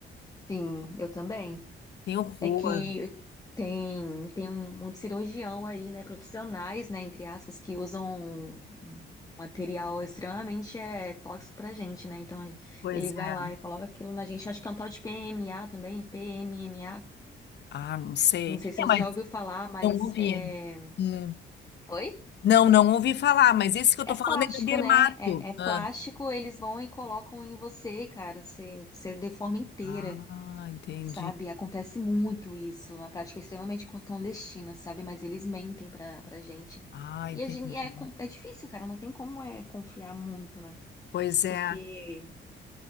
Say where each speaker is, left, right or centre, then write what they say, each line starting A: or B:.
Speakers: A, on the left; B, on the left.
A: Sim, eu também.
B: tenho horror.
A: É que tem, tem muito cirurgião aí, né, profissionais, né, entre aspas, que usam um material extremamente é, tóxico pra gente, né? Então
B: Pois
A: ele vai
B: é.
A: lá e coloca aquilo na gente, acho que é um tal de PMA também, PMMA.
B: Ah, não sei.
A: Não sei se
B: É,
A: você
B: mas
A: já ouviu falar, mas
B: eu não vi.
A: é.
B: Hum.
A: Oi?
B: Não, não ouvi falar, mas esse que eu
A: É
B: tô falando
A: plástico,
B: é da Dermato.
A: né? É, é plástico,
B: Ah,
A: eles vão e colocam em você, cara. Você, você deforma inteira,
B: Ah, entendi.
A: sabe? Acontece muito isso. É Uma prática extremamente clandestina, sabe? Mas eles mentem pra, pra gente.
B: Ah, entendi.
A: E a gente, é, com- é difícil, cara. Não tem como é, confiar muito, né?
B: Pois é.
A: Porque,